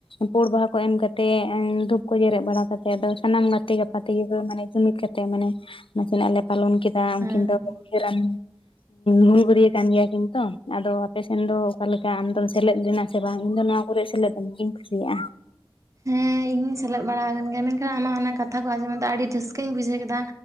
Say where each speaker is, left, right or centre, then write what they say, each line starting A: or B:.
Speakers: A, on the left (about 85°); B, on the right (about 35°).
A: ᱯᱩᱲ ᱵᱟᱦᱟ ᱠᱚ ᱮᱢ ᱠᱟᱛᱮᱫ ᱫᱷᱩᱯ ᱠᱚ ᱡᱮᱨᱮᱫ ᱵᱟᱲᱟ ᱠᱟᱛᱮᱜ ᱟᱫᱚ ᱥᱟᱱᱟᱢ ᱜᱟᱛᱮ ᱜᱟᱯᱟ ᱛᱮᱜᱮ ᱢᱟᱱᱮ ᱡᱩᱢᱤᱫ ᱠᱟᱛᱮᱜ ᱢᱟᱱᱮ ᱱᱟᱥᱮᱱᱟᱜ ᱟᱞᱮ ᱯᱟᱞᱚᱱ ᱠᱮᱫᱟ
B: ᱦᱮᱸ
A: ᱩᱱᱠᱤᱱ ᱫᱚ ᱩᱭᱦᱟᱹᱨᱟᱱ ᱦᱩᱞ ᱜᱟᱹᱨᱤᱭᱟᱹ ᱠᱟᱱ ᱜᱮᱭᱟ ᱠᱤᱱ ᱛᱚ ᱟᱫᱚ ᱟᱯᱮ ᱥᱮᱱ ᱫᱚ ᱚᱠᱟ ᱞᱮᱠᱟ ᱟᱢᱫᱚᱢ ᱥᱮᱞᱮᱫ ᱞᱮᱱᱟ ᱥᱮ ᱵᱟᱝ ᱤᱧ ᱫᱚ ᱱᱚᱣᱟ ᱠᱚᱨᱮ ᱥᱮᱞᱮᱫ ᱫᱚᱢᱮᱜ ᱜᱮᱧ ᱠᱩᱥᱤᱭᱟᱜ-ᱟ᱾
B: ᱦᱮᱸ ᱤᱧ ᱦᱚᱸᱧ ᱥᱮᱞᱮᱫ ᱵᱟᱲᱟ ᱟᱠᱟᱱ ᱜᱮᱭᱟ ᱢᱮᱱᱠᱷᱟᱱ ᱟᱢᱟᱜ ᱚᱱᱟ ᱠᱟᱛᱷᱟ ᱠᱚ ᱟᱸᱡᱚᱢ ᱫᱟ ᱟᱹᱰᱤ ᱨᱟᱹᱥᱠᱟᱹᱧ ᱵᱩᱡᱷᱟᱹᱣ ᱠᱮᱫᱟ